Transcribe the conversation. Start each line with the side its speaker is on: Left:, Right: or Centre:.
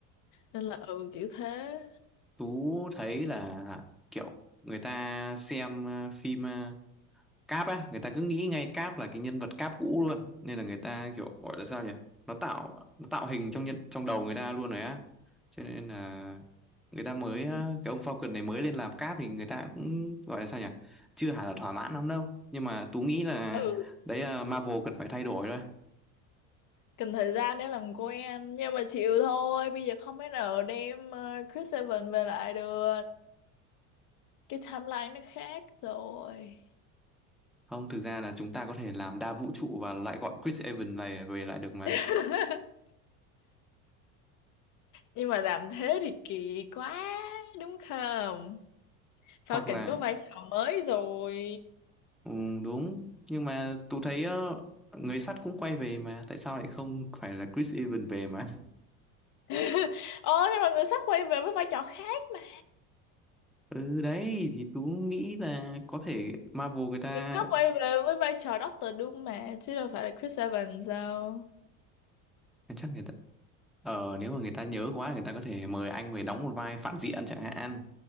Left: nên là ừ kiểu thế
Centre: tú thấy là kiểu người ta xem ờ, phim ờ, Cap á người ta cứ nghĩ ngay Cap là cái nhân vật Cap cũ luôn nên là người ta kiểu gọi là sao nhỉ nó tạo nó tạo hình trong nhân trong đầu người ta luôn rồi á cho nên là người ta mới á,
Left: ừ
Centre: cái ông Falcon này mới lên làm Cap thì người ta cũng gọi là sao nhỉ chưa hẳn là thỏa mãn lắm đâu nhưng mà Tú nghĩ là
Left: Ừ,
Centre: đấy là Marvel cần phải thay đổi thôi
Left: cần thời gian để làm quen nhưng mà chịu thôi bây giờ không thể nào đem ờ, Chris Evans về lại được cái timeline nó khác rồi
Centre: không thực ra là chúng ta có thể làm đa vũ trụ và lại gọi Chris Evans này về lại được mà
Left: <laughs> nhưng mà làm thế thì kỳ quá đúng không Sao
Centre: hoặc là
Left: Kỳnh có vai trò mới rồi
Centre: Ừ, đúng nhưng mà tôi thấy ờ, người sắt cũng quay về mà tại sao lại không phải là Chris Evans về mà
Left: <laughs> ồ nhưng mà người sắp quay về với vai trò khác mà
Centre: <laughs> ừ đấy thì tôi nghĩ là có thể Marvel người ta
Left: người sắp quay về với vai trò Doctor Doom mà chứ đâu phải là Chris Evans đâu
Centre: à, chắc người ta ờ nếu mà người ta nhớ quá người ta có thể mời anh về đóng một vai phản diện chẳng hạn